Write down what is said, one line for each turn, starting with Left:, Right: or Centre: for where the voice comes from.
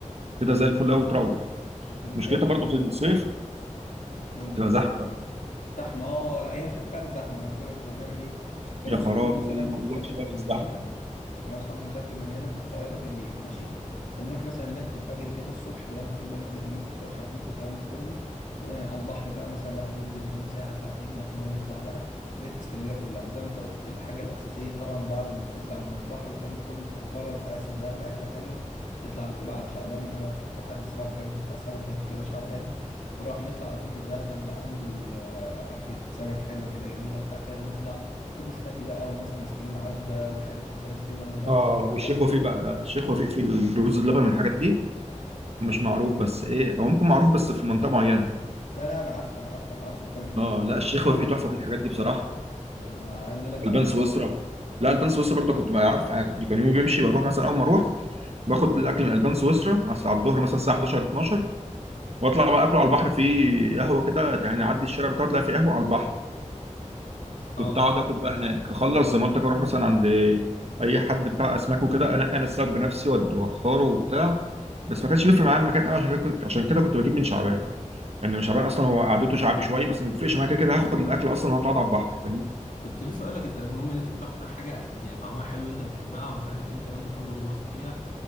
Right: كده زي الفل قوي وتروح
Left: كنت لسه
Right: مشكلتها
Left: اقول لك
Right: برضو
Left: انا
Right: في الصيف
Left: قول
Right: بتبقى
Left: لي قول لي
Right: زحمه
Left: ايه المشكله
Right: بقى
Left: زحمه اه لا هي مشكلتها فعلا زحمه انا عايز اقول لك كنا بنعمل ايه كنت انا
Right: يا
Left: واصحابي
Right: خرابي
Left: مثلا
Right: ما
Left: بنسافر
Right: اقولكش بقى
Left: من
Right: بتستحمل
Left: هنا كنا اصحابي نسافر من هنا من القاهره بالليل ماشي فنروح مثلا هناك في الفجر كده الصبح زي ما انت بتقول بقى نبدا نجيب فطار خفيف والكلام ده كله وعلى البحر بقى مثلا الواحد ينزل يعوم ساعه ساعتين بعد كده نطلع بقى نلف اسكندريه كلها زي ما انت قلت الحاجه الاساسيه طبعا بعد ما بتطلع من البحر والكلام ده كله بتبقى مفرد عايز تتغدى اكله حلوه تطلع على طول على شعبان انا اكتر حد صراحه بحبه بتاع سمك هناك كده شعبان بروح نطلع على طول نتغدى من عنده آه، اكله سمك حلوه كده جميله وبتاع كده نطلع كوبري ستانلي بقى ومثلا ايس كريم عزه ومش عارف وسان ستيفن والاماكن
Right: اه
Left: دي
Right: والشيخ
Left: كلها نبدا
Right: وفيق
Left: من
Right: بقى لا
Left: هناك.
Right: الشيخ وفيق في الرز اللبن والحاجات دي ومش معروف بس ايه او ممكن معروف بس في منطقه معينه
Left: ده لا انا عارفه انا عارفه انا عارفه وكلت منه
Right: اه لا
Left: بصراحه
Right: الشيخ وفيق
Left: عجبني
Right: تحفه في الحاجات دي بصراحه
Left: ده انا عايز اقول لك كمان
Right: البان سويسرا
Left: أحسن-
Right: لا
Left: آه.
Right: البان سويسرا برضه كنت بقى عارف يعني كنت كان يومي بيمشي بروح مثلا اول ما اروح باخد الاكل من البان سويسرا على الظهر مثلا الساعه 11 12 واطلع بقى اكله على البحر في قهوه كده يعني اعدي الشارع بتاعه تلاقي في قهوه على البحر
Left: اه
Right: كنت اقعد اكل بقى هناك اخلص زمالتك اروح مثلا عند اي حد بتاع اسماك وكده انا انا السبب بنفسي وأد- واختاره وبتاع بس ما كانش بيفرق معايا المكان قوي عشان كده كنت عشان كده كنت بجيب من شعبان يعني من شعبان اصلا هو قعدته شعبي شويه بس ما بيفرقش معايا كده كده هاخد الاكل اصلا وهطلع أقعد على البحر
Left: كنت لسه اقول لك انت المهم ان انت بتاخد حاجه أك- يعني طعمها حلو انت بتحبها ومش عارف ايه والكلام ده كله واثق فيها